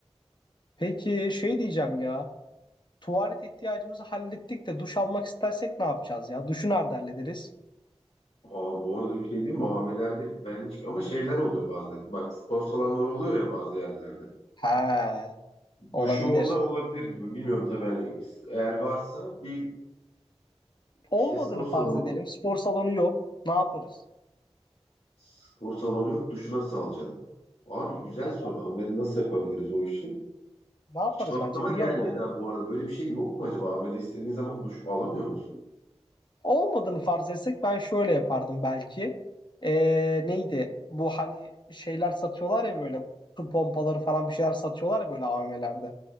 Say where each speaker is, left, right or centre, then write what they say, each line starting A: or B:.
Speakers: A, on the left; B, on the left.
A: Peki şey diyeceğim ya. Tuvalet ihtiyacımızı hallettik de duş almak istersek ne yapacağız ya? Duşu nerede hallederiz?
B: Aa, bu arada bir şey diyeyim mi? Amilerde ben hiç... Ama şeyler oluyor bazen. Bak spor salonları oluyor ya bazı yerlerde.
A: He, olabilir.
B: Duşu orada olabilir gibi. Bilmiyorum tabii hani eğer varsa bir
A: Olmadığını
B: işte spor salonu
A: farz edelim. Spor salonu yok. Ne yaparız?
B: spor salonu yok duşu nasıl alacaksın? Abi güzel
A: Tabii
B: soru
A: abi.
B: Ahmet'e nasıl yapabiliriz o işi?
A: Ne yaparız
B: Hiç aklıma
A: bence biliyor
B: gelmedi
A: musun?
B: ha bu arada. Böyle bir şey yok mu acaba? Ahmet'e istediğin zaman duş alamıyor musun?
A: Olmadığını farz etsek ben şöyle yapardım belki. Ee, neydi? Bu hani şeyler satıyorlar ya böyle su pompaları falan bir şeyler satıyorlar ya böyle AVM'lerde.